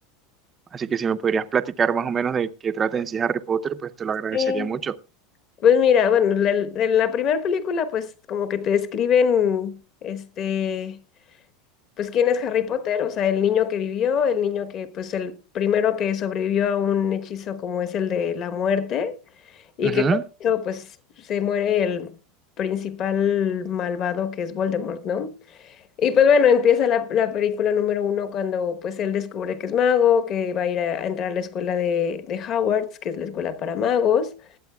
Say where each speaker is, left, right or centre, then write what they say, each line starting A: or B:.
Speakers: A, on the right; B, on the left.
A: Así que si me podrías platicar más o menos de qué trata en sí Harry Potter, pues te lo agradecería
B: Sí.
A: mucho.
B: Pues mira, bueno, la- en la primera película, pues como que te describen, este, pues, ¿quién es Harry Potter? O sea, el niño que vivió, el niño que, pues, el primero que sobrevivió a un hechizo como es el de la muerte, y
A: Ujú,
B: que con esto, pues, se muere el principal malvado que es Voldemort, ¿no? Y pues bueno, empieza la, la película número uno cuando pues él descubre que es mago, que va a ir a, a entrar a la escuela de, de Hogwarts, que es la escuela para magos.